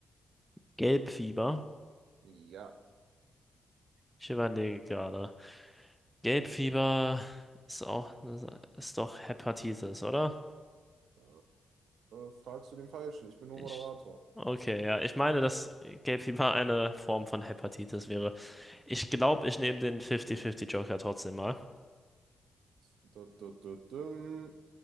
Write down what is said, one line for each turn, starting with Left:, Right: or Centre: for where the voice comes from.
Centre: <laughs> Gelbfieber.
Right: Ja,
Centre: Ich überlege gerade. Gelbfieber ist auch, ist doch Hepatitis, oder?
Right: äh, fragst du den Falschen. Ich bin nur
Centre: Ich,
Right: Moderator.
Centre: okay, ja. Ich meine, dass Gelbfieber eine Form von Hepatitis wäre. Ich glaube, ich nehme den 50-50 Joker trotzdem mal.
Right: Du, du, du, dum.